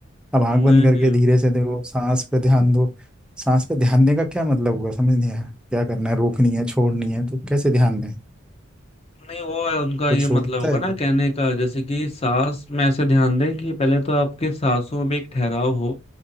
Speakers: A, in the centre; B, on the left.
A: अब आंख बंद
B: नहीं
A: करके
B: नहीं
A: धीरे से देखो सांस पे ध्यान दो सांस पे ध्यान देने का क्या मतलब हुआ समझ नहीं आया क्या करना है रोकनी है छोड़नी है तो कैसे ध्यान दें
B: नहीं वो है उनका
A: कुछ
B: ये
A: होता
B: मतलब होगा ना
A: है
B: कहने का जैसे कि सांस में ऐसे ध्यान दें कि पहले तो आपके सांसों में एक ठहराव हो